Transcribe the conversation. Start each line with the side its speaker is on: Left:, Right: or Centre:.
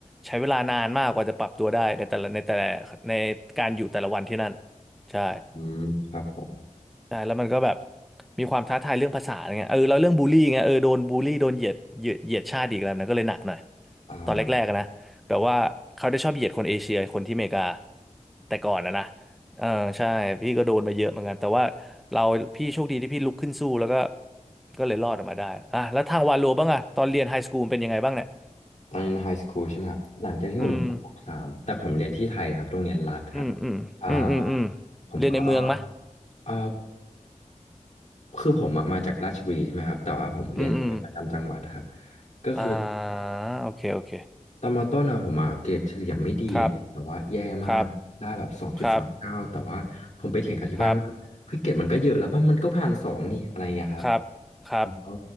Centre: ใช้เวลานานมากกว่าจะปรับตัวได้ในแต่ละในแต่ละในการอยู่แต่ละวันที่นั่นใช่
Left: อืมครับผม
Centre: ใช่แล้วมันก็แบบมีความท้าทายเรื่องภาษาอะไรเงี้ยเออแล้วเรื่องบูลลี่เงี้ยเออโดนบูลลี่โดนเหยียดเหยียดเหยียดชาติอีกแล้วนะก็เลยหนักหน่อย
Left: อ่า
Centre: ตอนแรกๆอะนะแบบว่าเขาได้ชอบเหยียดคนเอเชียคนที่อเมริกาแต่ก่อนนะนะเออใช่พี่ก็โดนมาเยอะเหมือนกันแต่ว่าเราพี่โชคดีที่พี่ลุกขึ้นสู้แล้วก็ก็เลยรอดออกมาได้อ่ะแล้วทางวาโลบ้างอะตอนเรียนไฮสคูลเป็นยังไงบ้างเนี่ย
Left: ตอนเรียนไฮสคูลใช่ไหมครับหลังจากที่ผมจบปสามแต่ผมเรียนที่ไทยนะครับโรงเรียนรัฐครับ
Centre: อืมอืมอืมอืมอืมอืม
Left: อ่าผมก็
Centre: เรียนในเมืองมะ
Left: อ่าคือผมอะมาจากราชบุรีใช่ไหมครับแต่ว่าผมเรียนโรงเรียนประจำจังหวัดครับ
Centre: อืมอืม
Left: ก็คือ
Centre: อ่าโอเคโอเค
Left: ตอนมต้นอะผมอะเกรดเฉลี่ยไม่ดีเลยแต่ว่าแย่มากได้แบบสองจุดสามเก้าแต่ว่าผมไปเถียงกับที่บ้านว่าเฮ้ยเกรดมันก็เยอะแล้วว่ามันก็ผ่านสองนี่อะไรเงี้ยครับ
Centre: ครับครับครับครับครับครับ
Left: ผมก็